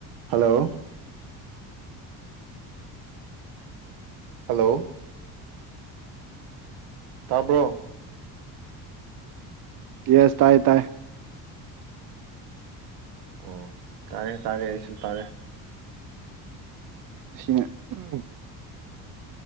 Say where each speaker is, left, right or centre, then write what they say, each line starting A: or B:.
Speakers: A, on the right (about 85°); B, on the right (about 60°).
A: Hello hello ꯇꯥꯕ꯭ꯔꯣ
B: yes ꯇꯥꯏ ꯇꯥꯏ
A: ꯑꯣ ꯇꯥꯔꯦ ꯇꯥꯔꯦ ꯑꯩꯁꯨ ꯇꯥꯔꯦ
B: ꯁꯤꯅ ꯎꯝ